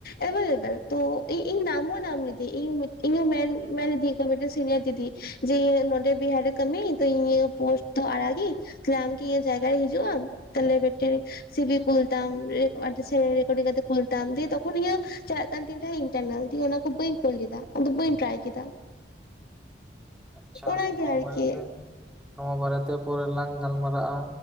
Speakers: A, on the left; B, in the centre.
A: ᱮᱵᱮᱞᱵᱮᱞ ᱛᱚ ᱤᱧ ᱱᱟᱢ ᱦᱚᱸ ᱱᱟᱢ ᱞᱤᱫᱤ ᱤᱧ ᱤᱧ ᱢᱮᱱ ᱢᱮᱱ ᱞᱮᱫᱤᱧᱟᱠᱚ ᱢᱤᱫᱴᱮᱡ ᱥᱤᱱᱤᱭᱟᱨ ᱫᱤᱫᱤ ᱡᱮ ᱤᱭᱟᱹ ᱱᱚᱰᱮ ᱵᱤᱦᱟᱨ ᱨᱮ ᱠᱟᱹᱢᱤ ᱛᱚ ᱤᱧ ᱤᱭᱟᱹ ᱯᱚᱥᱴ ᱛᱚ ᱟᱨᱟ ᱜᱮᱧ ᱛᱟᱦᱟᱞᱮ ᱟᱢᱠᱤ ᱤᱧᱟᱹᱜ ᱡᱟᱭᱜᱟ ᱨᱮ ᱦᱤᱡᱩᱜᱼᱟᱢ ᱛᱟᱦᱞᱮ ᱵᱮᱴᱨᱤ ᱡᱷᱩᱵᱤ ᱠᱩᱞ ᱛᱟᱢ ᱟᱨ ᱡᱮᱥᱮ ᱨᱮᱠᱚᱴᱤ ᱠᱟᱛᱮ ᱠᱩᱞ ᱛᱟᱢ ᱫᱤᱭᱮ ᱛᱚᱠᱷᱚᱱ ᱤᱧᱟᱹᱜ ᱪᱟᱞᱟᱜ ᱠᱟᱱ ᱛᱤᱧ ᱛᱟᱦᱮᱜ ᱤᱱᱴᱟᱨᱱᱟᱞ ᱫᱤᱭᱮ ᱚᱱᱟ ᱠᱚ ᱵᱟᱹᱧ ᱠᱩᱞ ᱞᱮᱫᱟ᱾ ᱩᱱ ᱫᱚ ᱵᱟᱹᱧ ᱴᱨᱟᱭ ᱠᱮᱫᱟ᱾
B: ᱟᱪᱪᱷᱟ
A: ᱚᱱᱟᱜᱮ
B: ᱱᱚᱣᱟ
A: ᱟᱨᱠᱤ
B: ᱵᱟᱨᱮ ᱛᱮ ᱱᱚᱣᱟ ᱵᱟᱨᱮᱛᱮ ᱯᱚᱨᱮ ᱞᱟᱝ ᱜᱟᱞᱢᱟᱨᱟᱜᱼᱟ